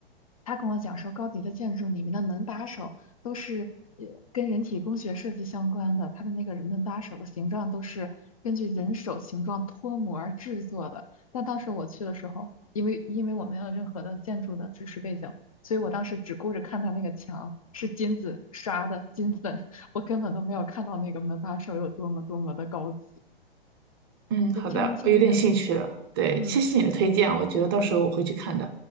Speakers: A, on the left; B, on the right.
A: 他跟我讲说，高迪的建筑里面的门把手都是呃跟人体工学设计相关的，它的那个门把手的形状都是根据人手形状脱模儿制作的。但当时我去的时候，因为因为我没有任何的建筑的知识背景。所以我当时只顾着看他那个墙是金子刷的金粉，我根本都没有看到那个门把手有多么多么的高级，
B: 嗯，
A: 就千人千面。
B: 好的，我有点兴趣了。对，
A: 嗯
B: 谢谢你的推荐啊，我觉得到时候我会去看的。